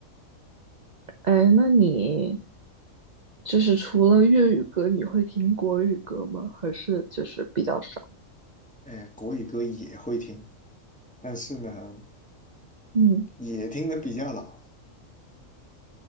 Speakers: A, on the right; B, in the centre.
A: 哎，那你就是除了粤语歌，你会听国语歌吗？还是就是比较少？
B: 哎，国语歌也会听，但是呢，
A: 嗯，
B: 也听的比较老，